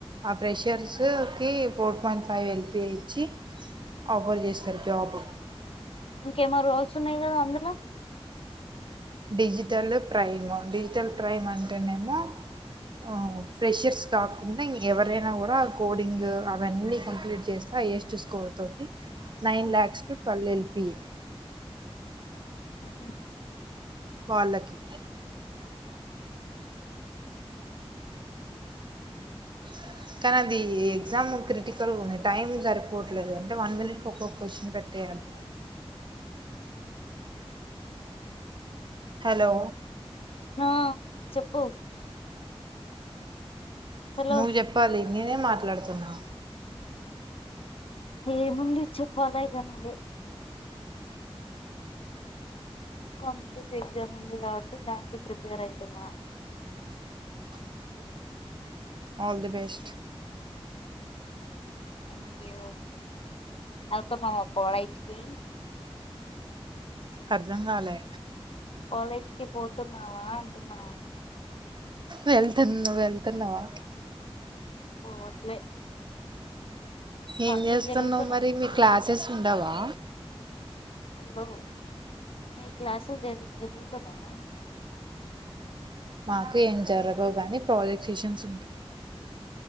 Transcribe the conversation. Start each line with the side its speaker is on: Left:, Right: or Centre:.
Right: ఆ ప్రెషర్స్ కి ఫోర్ ప ఫ్ వెల్పి ఇచ్చి ఆఫర్ చేస్తారు జాబ్
Left: ఇంకేమో రోల్స్ ఉన్నాయి కదా అందులో
Right: డిజిటల్ ప్రైమ్ డిజిటల్ ప్రైమ్ అంటేనేమో ఆ ఫ్రెషర్స్ కాకుండా ఎవరైనా కూడా కోడింగ్ అవన్నీ కంప్లీట్ చేస్తారు హైయెస్ట్ స్కర్ తతి nine lakhs to twelve LPA
Left: ఆహ
Right: పాలకి <inaudible> కానీ అది ఎగ్జామ్ క్రిటికల్ ఉంది టైమ్ సరిపోవట్లేదు అంటే వన్ మినిట్ ఒక్కొక్క క్వశ్చన్ పెట్టే అదే హలో
Left: ఆ చెప్పు హలో
Right: నువ్వు చెప్పాలి నేనే మాట్లాడుతున్నా
Left: ఏముంది చెప్పాలా ఇగ నువ్వే కాంపిటేటివ్ ఎగ్జామ్ ఉంది కాబట్టి దానికి prepare అయితున్న
Right: <inaudible> all the best
Left: thank you పోతున్వ కోలేజ్కి
Right: అర్ధం కాలే
Left: కాలేజ్ కి పోతున్నావా అంటున్నా
Right: వెళ్తున్నా నువ్వు వెళ్తున్నావా
Left: పోవట్లే క్లాసెస్
Right: ఏం చేస్తున్నావు
Left: జరుగుతున్నాయా
Right: మరి
Left: మీకు
Right: మీ క్లాసెస్ ఉండవా
Left: ఉండవు మి క్లాసెస్ జ జరురుతుమయాయా
Right: మాకు ఏం జరగవు గాని ప్రాజెక్టేషన్స్ ఉంటాయి.